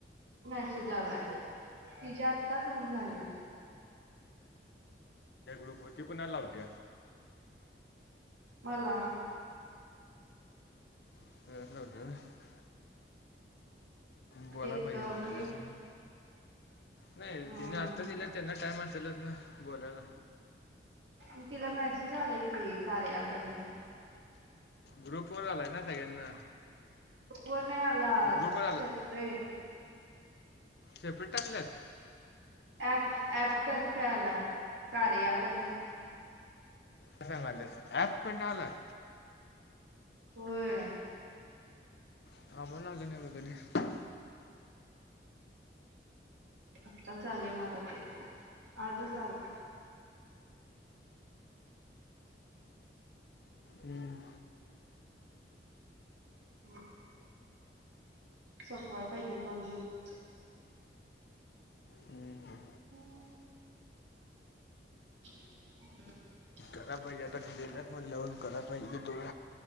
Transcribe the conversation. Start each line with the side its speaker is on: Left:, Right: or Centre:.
Right: मेसेस आलंय तिचे आत्ता दोन झाले.
Left: होती ती कुणाला लावत्या.
Right: मला?
Left: <inaudible> बोला
Right: एक
Left: भैया
Right: मी
Left: तिज्या संग? नाही
Right: ह
Left: तिने आत्ता दिला त्यांना टाइम असेलच ना बोलायला.
Right: म तिला मेसेज आलायं कि कार्याकडनं.
Left: ग्रुप वर आलाय ना सगळ्यांना.
Right: फोन नाही आला
Left: ग्रुपवर
Right: सेपरेट.
Left: आला सेपरेट टाकलाय.
Right: ॲप ऍपतर्फे आलाय कार्याकडनं.
Left: क्या बात है? ॲप कडन आलाय?
Right: होय.
Left: <unintelligible>
Right: आत्ताच आलेय मला ते आजच आले.
Left: हम्म.
Right: <inaudible> सोपवाय पाहिजे दोन दिवस.
Left: हम्म ह.
Right: <inaudible> <unintelligible>
Left: काय पाहिजे आता <unintelligible> म्हणल्यावर कराय पाजे दोड.